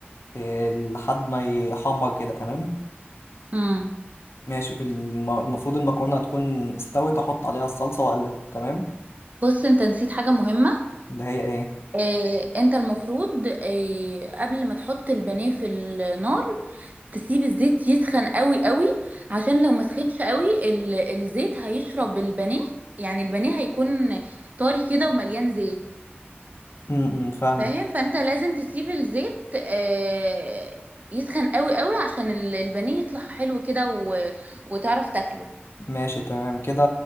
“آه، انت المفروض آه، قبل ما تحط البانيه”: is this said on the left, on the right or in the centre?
Right